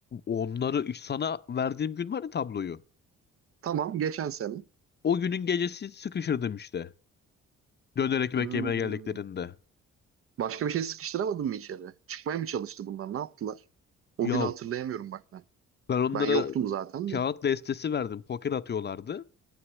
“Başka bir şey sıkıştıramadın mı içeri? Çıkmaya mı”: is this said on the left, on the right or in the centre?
Right